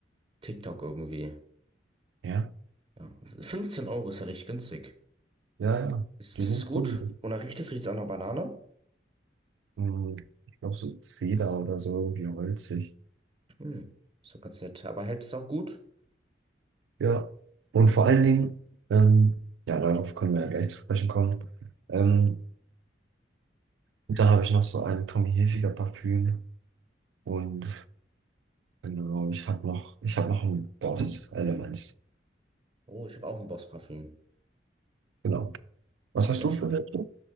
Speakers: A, on the right; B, on the right.
A: TikTok irgendwie.
B: ja,
A: Ja. 15 Euro ist ja richtig günstig.
B: ja, ja.
A: Ist,
B: Die
A: ist
B: sind
A: es gut?
B: cool.
A: Und nach riecht es, riecht es auch nach Banane?
B: Mhm. Ich glaube so Zeder oder so, irgendwie holzig.
A: Hm, ist doch ganz nett. Aber hält es auch gut?
B: Ja. Und vor allen Dingen, ähm, ja, darauf können wir ja gleich zu sprechen kommen. Ähm, und dann habe ich noch so ein Tommy Hilfiger Parfüm. Und genau, ich habe noch, ich habe noch ein Dort-Element.
A: Oh, ich habe auch ein Boss-Parfüm.
B: Genau. Was hast
A: Sehr
B: du
A: schön.
B: für welche?